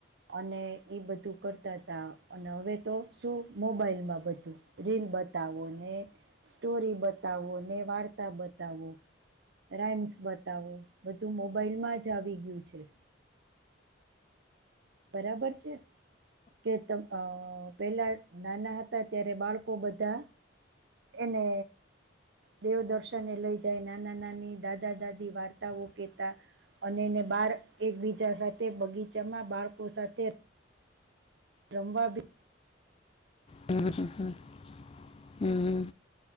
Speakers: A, on the right; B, on the left.
A: અને ઈ બધું કરતા તા અને હવે તો શું મોબાઈલમાં બધું રીલ બતાવો ને સ્ટોરી બતાવો ને વાર્તા બતાવો રાઇમ્સ બતાવો બધું મોબાઈલમાં જ આવી ગયું છે. બરાબર છે. કે પેલા નાના હતા ત્યારે બાળકો બધા એને દેવ દર્શને લઈ જાય નાના નાની દાદા દાદી વાર્તાઓ કેતા અનેને બાર એક બીજા સાથે બગીચામાં બાળકો સાથે રમવા ભી
B: હમ હમ હમ હમ